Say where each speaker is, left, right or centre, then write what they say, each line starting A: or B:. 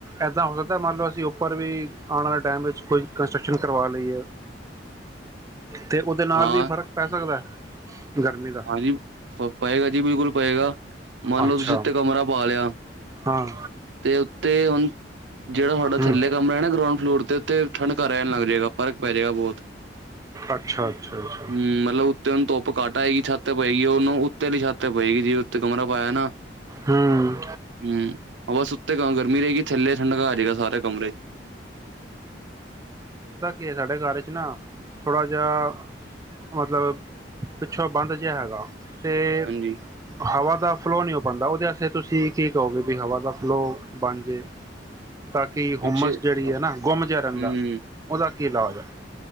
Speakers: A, on the right; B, on the right.
A: ਇੱਦਾਂ ਹੋ ਸਕਦਾ ਮੰਨ ਲਓ ਅਸੀਂ ਉੱਪਰ ਵੀ ਆਉਣ ਵਾਲੇ ਟਾਈਮ ਵਿੱਚ ਕੋਈ ਕੰਸਟਰਕਸ਼ਨ ਕਰਵਾ ਲਈਏ। ਤੇ ਉਹਦੇ ਨਾਲ
B: ਹਾਂ,
A: ਵੀ ਫ਼ਰਕ ਪੈ ਸਕਦਾ ਹੈ। ਗਰਮੀ ਦਾ
B: ਹਾਂਜੀ ਫਰਕ ਪਏਗਾ ਜੀ ਬਿਲਕੁਲ ਪਏਗਾ। ਮੰਨ
A: ਅੱਛਾ
B: ਲਓ ਤੁਸੀਂ ਉੱਥੇ ਕਮਰਾ ਪਾ ਲਿਆ
A: ਹਾਂ
B: ਤੇ ਉੱਤੇ ਹੁਣ ਜਿਹੜਾ ਤੁਹਾਡਾ
A: ਹਮ
B: ਥੱਲੇ ਕਮਰਾ ਹੈ ਨਾ ਗਰਾਉਂਡ ਫਲੋਰ ਤੇ ਉੱਥੇ ਠੰਡਕ ਰਹਿਣ ਲੱਗ ਜਾਏਗਾ ਫਰਕ ਪੈ ਜਾਏਗਾ ਬਹੁਤ
A: ਅੱਛਾ ਅੱਛਾ ਅੱਛਾ
B: ਹਮ ਮਤਲਬ ਉੱਤੇ ਉਹਨੂੰ ਧੁੱਪ ਕੱਟ। ਪਏਗੀ ਛੱਤ ਪਏਗੀ ਉਹ ਉੱਤੇ ਲਈ ਛਾਤ ਤੇ ਪਏਗੀ ਜੀ। ਕਮਰਾ ਪਾਇਆ ਨਾ
A: ਹਮ
B: ਹਮ ਹਾਂ <unintelligible> ਉੱਤੇ ਗਰਮੀ ਰਹੇ ਗੀ ਥੱਲੇ ਠੰਡਕਾ ਆ ਜਾਏਗਾ ਸਾਰੇ ਕਮਰੇ।
A: ਕਿ ਸਾਡੇ ਘਰ ਚ ਨਾ ਥੋੜਾ ਜਿਹਾ ਮਤਲਬ ਪਿੱਛੋਂ ਬੰਦ ਜਿਹਾ ਹੈਗਾ। ਤੇ
B: ਹਾਂਜੀ।
A: ਹਵਾ ਦਾ ਫਲੋਅ ਨਹੀਂ ਹੋ ਪਾਉਂਦਾ ਉਹਦੇ ਆਸੇ ਤੁਸੀਂ ਕੀ ਕਹੋਗੇ ਵੀ ਹਵਾ ਦਾ ਫਲੋ ਬਣ ਜੇ। ਤਾਂ ਕਿ
B: ਪਿੱਛੇ
A: ਹੁਮਸ ਜਿਹੜੀ ਹੈ ਨਾ ਗੁੰਮ ਜਿਹਾ ਰਹਿੰਦਾ
B: ਹੂੰ,
A: ਉਹਦਾ ਕੀ ਲਾਜ ਹੈ।